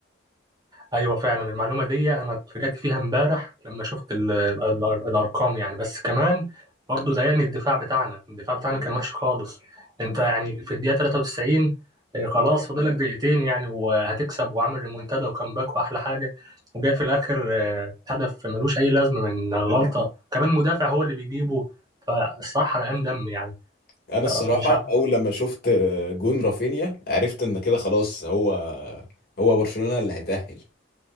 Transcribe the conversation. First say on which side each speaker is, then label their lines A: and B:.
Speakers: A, on the right; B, on the left.
A: ايوه فعلا المعلومه دي انا اتفاجأت فيها امبارح لما شفت ال ال ال الارقام يعني بس كمان برضه ضايقني الدفاع بتاعنا الدفاع بتاعنا كان وحش خالص انت يعني في الدقيقه 93 آه، خلاص فاضلك دقيقتين يعني وهتكسب وعامل ريمونتادا وكامباك واحلى حاجه وجاي في الاخر آه، هدف ملوش اي لازمه من غلطه كمان مدافع هو اللي بيجيبه فالصراحه حرقان دم يعني
B: انا الصراحه
A: مش
B: اول لما شفت جون رافينيا عرفت ان كده خلاص هو هو برشلونه اللي هيتأهل